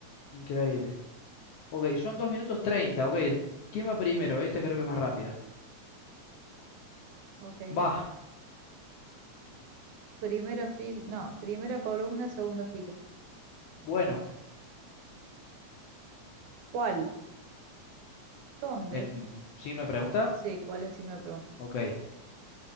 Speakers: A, on the left; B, on the right.
A: Increíble. Ok, son 2 minutos 30. Ok, ¿quién va primero? Esta creo que es más rápida.
B: Ok.
A: Va,
B: Primera fila, no, primera columna, segunda fila.
A: bueno,
B: ¿Cuál? ¿Dónde?
A: en signo de pregunta.
B: Sí, ¿cuál en signo de pregunta?
A: Ok,